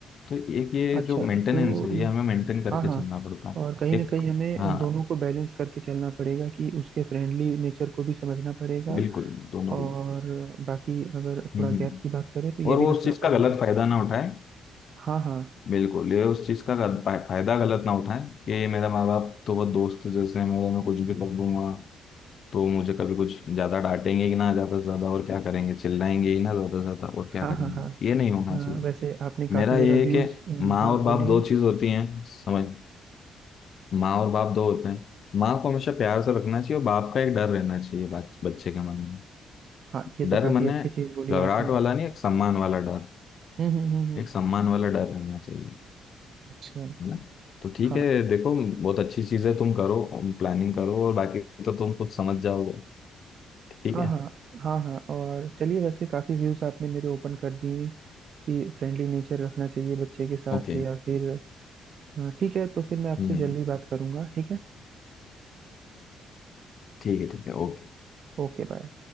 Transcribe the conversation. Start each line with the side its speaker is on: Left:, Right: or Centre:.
Left: तो एक ये
Right: अच्छा
Left: जो मेंटेनेंस
Right: तो
Left: है ये हमें मेंटेन करके
Right: हाँ हाँ
Left: चलना पड़ता
Right: और कहीं
Left: है
Right: ना
Left: एक
Right: कहीं हमें
Left: हाँ
Right: दोनों को बैलेंस करके चलना पड़ेगा कि उसके फ्रेंडली नेचर को भी समझना पड़ेगा
Left: बिल्कुल दोनों को
Right: और बाकी अगर
Left: हम्म
Right: थोड़ा
Left: हम्म।
Right: गैप की बात करें तो ये
Left: और
Right: भी
Left: वो
Right: रखना
Left: उस चीज
Right: पड़ेगा
Left: का गलत फायदा ना उठाए
Right: हाँ हाँ
Left: बिल्कुल ये उस चीज का गल- फा- फायदा गलत ना उठाए कि ये मेरा माँ बाप तो बहुत दोस्त है जैसे हैं, मेरे मैं कुछ भी कर दूंगा तो मुझे कभी कुछ ज्यादा डांटेंगे ही ना ज्यादा से ज्यादा और क्या करेंगे चिल्लाएंगे ही ना ज्यादा से ज्यादा और क्या
Right: हाँ
Left: करेंगे
Right: हाँ हाँ
Left: ये नहीं होना चाहिए
Right: अ, वैसे आपने
Left: मेरा
Right: काफी मेरा
Left: ये है
Right: व्यूज
Left: कि माँ
Right: हाँ
Left: और बाप
Right: बोलिए
Left: दो चीज होती हैं समझ माँ और बाप दो होते हैं माँ को हमेशा प्यार से रखना चाहिए और बाप का एक डर रहना चाहिए बाच- बच्चे के मन में
Right: हाँ ये
Left: डर
Right: तो काफी
Left: मैंने
Right: अच्छी चीज बोली
Left: घबराहट
Right: आपने
Left: वाला नहीं एक सम्मान वाला डर
Right: हम्म हम्म हम्म हम्म,
Left: एक सम्मान वाला डर रहना चाहिए
Right: अच्छा
Left: है ना तो ठीक
Right: हाँ
Left: है देखो बहुत अच्छी चीज है तुम करो प्लानिंग करो और बाकी तो तुम कुछ समझ जाओगे ठीक
Right: हाँ
Left: है
Right: हाँ हाँ हाँ और चलिए वैसे काफी व्यूज आपने मेरे ओपन कर दिए कि फ्रेंडली नेचर रखना चाहिए बच्चे के साथ
Left: ओके
Right: या फिर अ, ठीक है तो फिर मैं आपसे
Left: हम्म
Right: जल्दी बात करूंगा ठीक है
Left: ठीक है ठीक है ओके
Right: Okay bye